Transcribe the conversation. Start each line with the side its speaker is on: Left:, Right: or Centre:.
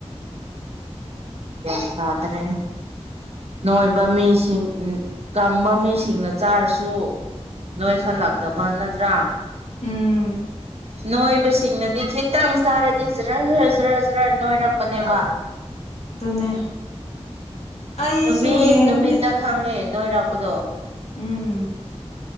Right: ꯌꯥꯏ ꯇꯗ꯭ꯔꯦ ꯅꯣꯏꯕ ꯃꯤꯁꯤꯡ ꯀꯪꯕ ꯃꯤꯁꯤꯡꯅ ꯆꯥꯔꯁꯨ ꯅꯣꯏ ꯈꯜꯂꯛꯇꯕ ꯅꯠꯇ꯭ꯔꯥ
Left: ꯎꯝ
Right: ꯅꯣꯏꯕꯁꯤꯡꯅꯗꯤ ꯈꯤꯇꯪ ꯆꯥꯔꯗꯤ ꯖꯔ ꯖꯔ ꯖꯔ ꯖꯔ ꯅꯣꯏꯔꯛꯄꯅꯦꯕ
Left: ꯑꯗꯨꯅꯦ ꯑꯩꯁꯨ
Right: ꯅꯨꯃꯤꯠ
Left: ꯌꯦꯡꯉꯨꯅꯦ
Right: ꯅꯨꯃꯤꯠꯇ ꯈꯪꯉꯦ ꯅꯣꯏꯔꯥꯛꯄꯗꯣ
Left: ꯎꯝ